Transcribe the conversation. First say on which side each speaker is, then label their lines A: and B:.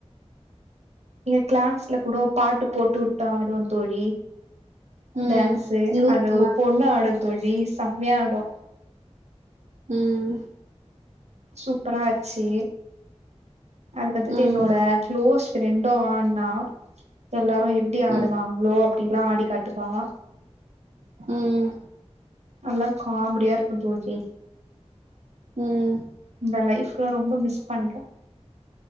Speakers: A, on the right; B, on the right.
A: என் கிளாஸ்ல கூடோ பாட்டு போட்டு வுட்டா ஆடுவோ தோழி
B: ம்
A: டான்ஸு
B: லூசு
A: அத்ல ஒரு
B: மாரி
A: பொண்ணு ஆடு தோழி செம்மையா ஆடு
B: ம்
A: சூப்பரா ஆச்சி அது பாத்துட்டு
B: ம்
A: என்னோட க்ளோஸ் ஃப்ரெண்டூ ஆட்னா எல்லாரு எப்டி ஆடுவாங்ளோ
B: ம்
A: அப்டிலா ஆடி கத்துப்பாங்க
B: ம்
A: நல்லா காம்டியா இருக்குந் தோழி
B: ம்
A: இந்த லைஃப்லா ரொம்ப மிஸ் பண்றோ